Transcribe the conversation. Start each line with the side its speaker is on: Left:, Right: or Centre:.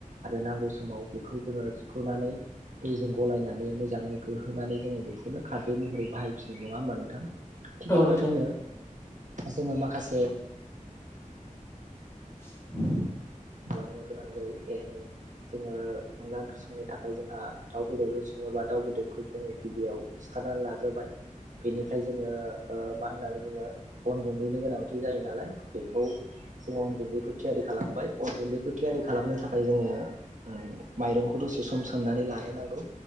Right: आरो नांगौ समाव बेखौ जोङो सिफ्रुनानै दैजों गलायनानै मोजाङै गोहोनानै जोङो बेखौनो खारदै महरै बाहायो। फिनाय नङा होमबा नोंथां थिग
Left: औ
Right: बेबायदिनो
Left: नोंथां
Right: जोङो माखासे
Left: <inaudible>
Right: खालामनो गोनां जायो जाय होना जोङो अनला ओंख्रि संनो थाखाय जोंहा दाउ बेदरजों सङोब्ला दाउ बेदरखौ जोङो गिबियाव सिथारनानै लाग्रो बाय बेनिफ्राय जोङो ओ मा होननानै बुङो अन गुन्दैनि गोनांथि जायो नालाय बेखौ जोङो अन गुन्दैखौ थियारि खालामबाय। अन गुन्दैखौ थियारि खालामनो थाखाय जोङो ओ माइरंखौ दसे सम सोमनानै लानो नांगौ।